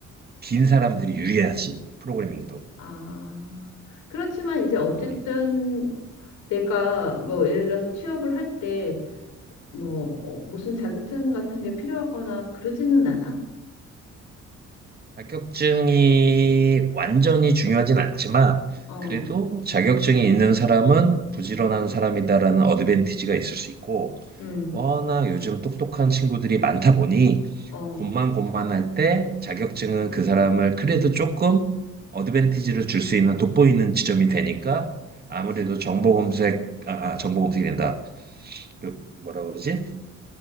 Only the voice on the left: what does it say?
아. 그렇지만 이제 어쨌든
내가 뭐 예를 들어서 취업을 할 때뭐 어, 무슨 자격증 같은 게 필요하거나 그러지는 않아?
어,
음,
어,
음,
음.